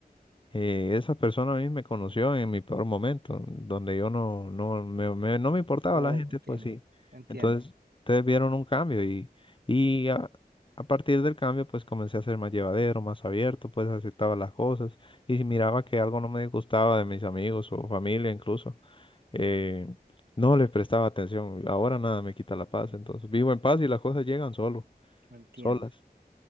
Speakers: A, on the left; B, on the right.
A: eh, esa persona a mí me conoció en mi peor momento, donde yo no, no me, me- no me importaba
B: Oh,
A: la gente,
B: entiendo,
A: pues sí.
B: entiendo,
A: Entonces, ustedes vieron un cambio y, y a, a partir del cambio, pues comencé a ser más llevadero, más abierto, pues aceptaba las cosas. Y si miraba que algo no me gustaba de mis amigos o familia incluso. Eh, no le prestaba atención. Ahora nada me quita la paz. Entonces vivo en paz y las cosas llegan solo,
B: entiendo.
A: solas.